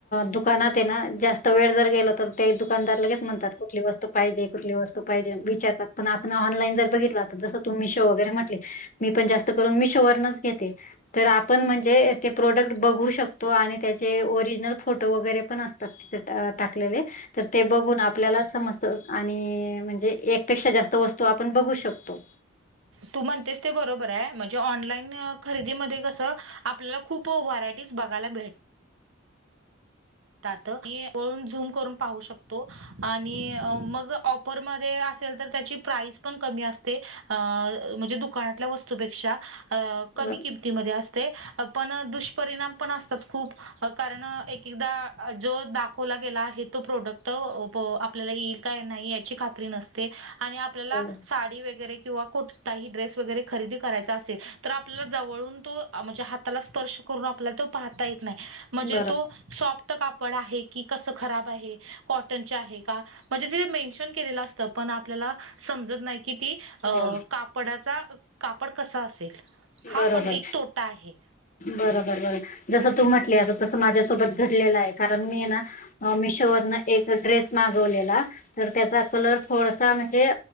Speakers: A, on the left; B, on the right.
A: दुकानात आहे ना. जास्त वेळ जर गेल तर ते दुकानदारलागेच म्हणतात कुठली वस्तू पाहिजे कुठली वस्तू पाहिजे विचारतात. पण आपण ऑनलाईन जर बघितला तर जसं तुम मिशो वगैरे म्हटले मी पण जास्त करून मिशोवररनच घेते तर आपण म्हणजे ते प्रोडक्ट बघू शकतो आणि त्याचे ओरिजिनल फोटो वगैरे पण असत. तिथे टाकलेले. तर ते बघून आपल्याला समजत आणि म्हणजे एकपेक्षा जास्त वस्तू आपण बघू शकतो.
B: तू म्हणतेस ते बरोबर आहे म्हणजे ऑनलाईन खरेदीमध्ये कसं आपल्याला खूप व्हरायटीज बघायला भेट जातो की झूम करून पाहू शकतो आणि मग ऑफर मध्ये असेल तर त्याची प्राईस पण कमी असते अ अ म्हणजे दुकानातल्या वस्तूपेक्षा अ कमी
A: बरं.
B: किमतीमध्ये असत ते पण दुष्परिणाम पण असतात खूप कारण एक एकदा जो दाखवला गेला आहे तो प्रोडक्ट अ प आपल्याला येईल का नाही याची खात नसते आणि आपल्याला
A: हो,
B: साडी वगरे किंवा कोठताही ड्रेस वगैरे खरेदी करायचा असेल तर आपल्याला जवळून तो म्हणजे हाताला स्पर्श के करून आपल्याला तो पाहता येत नाही म्हणजे
A: बरोबर.
B: तो सॉप्ट कापड आहे की कसं खराब आहे खुप कॉटन चे आहे का म्हणजे तिथे मेन्शन केलेलं असतं पण आपण आपल्याला समजत नाही की ती
A: हो,
B: अ कापडाचा कापड कसा असत असेल हा
A: बरोबर.
B: पण एक तोटा आहे.
A: बरोबर बरो जसं तू म्हटली आ तसं माझ्यासोबत घडलेलं आहे कारण मी ना मिशोवररन एक ड्रेस मागवलेला तर त्याचा कलर थोडासा म्हणजे